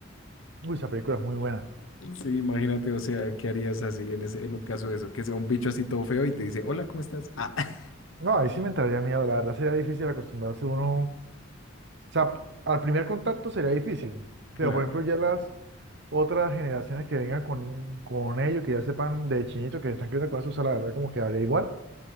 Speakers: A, on the right; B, on the left.
A: uy, esa película es muy buena.
B: Sí, imagínate, o sea, ¿qué harías así en ese, en un caso de eso? Que sea un bicho así todo feo y te dice, hola, ¿cómo estás? Ah, <laughs>
A: No, ahí sí me entraría miedo, la verdad sería difícil acostumbrarse uno, o sea, al primer contacto sería difícil,
B: claro.
A: pero por ejemplo ya las otras generaciones que vengan con, con ellos, que ya sepan de chinito que están creciendo con eso, o sea, la verdad como que habría igual,